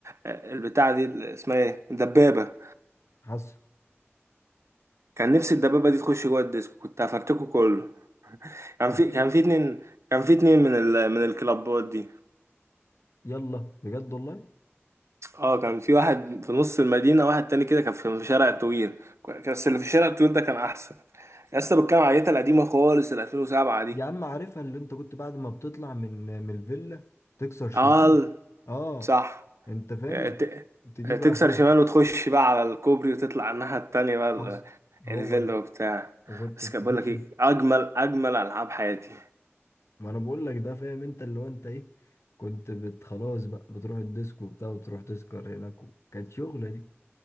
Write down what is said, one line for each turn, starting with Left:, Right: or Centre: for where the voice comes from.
Right: البتاعه دي ال- اسمها ايه الدبابه
Left: حصل
Right: كان نفسي الدبابه دي تخش جوه الديسكو كنت هفرتكه كله كان
Left: يا
Right: في
Left: عم
Right: كان في اتنين كان في اتنين من ال... من الكلابات دي
Left: يلا بجد والله
Right: اه كان في واحد في نص المدينه واحد تاني كده كان في في شارع طويل كان- بس اللي في الشارع الطويل ده كان احسن يا اسطى بتكلم على العيله القديمه خالص ال 2007 دي
Left: يا عم عارفها اللي انت كنت بعد ما بتطلع من من الفيلا تكسر شمال
Right: اه
Left: اه
Right: صح
Left: انت فاهم
Right: ت...
Left: تجيب
Right: تكسر
Left: اخرها
Right: شمال وتخش بقى على الكوبري وتطلع على الناحيه التانيه بقى
Left: حصل
Right: الفيلا
Left: هو ده
Right: وبتاع
Left: وكنت
Right: بس
Left: تخش
Right: كان بقول لك ايه اجمل اجمل العاب حياتي
Left: ما انا بقول لك ده فاهم انت اللي هو انت ايه كنت بت خلاص بقى بتروح الديسكو وبتاع وتروح تسكر هناك و- كانت شغلة دي